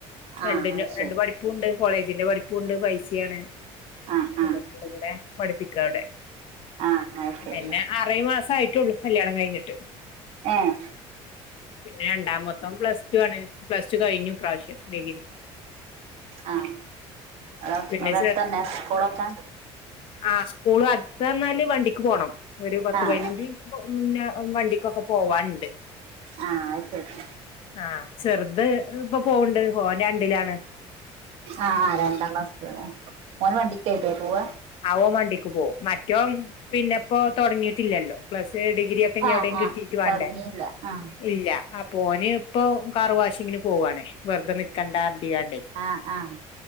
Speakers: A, on the left; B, on the right.
A: രണ്ടി
B: ആഹ് അത് ശരി
A: രണ്ട് പഠിപ്പും ഉണ്ട്. കോളേജിന്റെ പഠിപ്പും ഉണ്ട് പൈസയാണ്.
B: ആഹ് ആഹ്
A: തടെ പഠിപ്പിക്കവിടെ
B: ആഹ് അത് ശരി
A: പിന്നെ അറേ മാസ ആയിട്ടുള്ളു കല്യാണം കഴിഞ്ഞിട്ട്.
B: ആഹ്
A: പിന്നെ രണ്ടാമത്തം പ്ലസ് ടു ആണ് പ്ലസ്ടു കഴിഞ്ഞു, ഈ പ്രാവശ്യം ഡിഗ്രി
B: ആഹ അ
A: പിന്നെ
B: അവിടെടുത്തന്നെ സ്കൂളൊക്കാ
A: ആഹ് സ്കൂൾ അടുത്തന്നാല് വണ്ടിക്ക് പോകണം. ഒരു പത്ത്
B: ആഹ്
A: പതിനഞ്ച് മിനി ഇപ്പോ മുന്നേ വണ്ടിക്കൊക്കെ പോവാനുണ്ട്.
B: ആഹ് അത് ശരി
A: ആഹ് ചെറുത് ഇപ്പൊ പോവണ്ട് ഓൻ രണ്ടിലാണ്.
B: ആഹ് ആ രണ്ടാം ക്ലാസ് ഓൻ വണ്ടീക്കല്ലേ പോവ
A: ആവൻ വണ്ടിക്ക് പോകും മറ്റോൻ പിന്നെപ്പോ തുടങ്ങിയിട്ടില്ലല്ലോ പ്ലസ് ഡിഗ്രി പിന്നെ
B: ആഹ്
A: എവിടെയും
B: ആഹ്
A: കിട്ടീട്ട് വേണ്ടേ.
B: തൊടങ്ങിയില്ല ആഹ്
A: ഇല്ല അപ്പോ പോന് ഇപ്പൊ കാറു വാശിങ്ങിന് പോവാണേ വെറുതെ നിക്കണ്ട ആതിയണ്ടേ
B: ആഹ് ആഹ്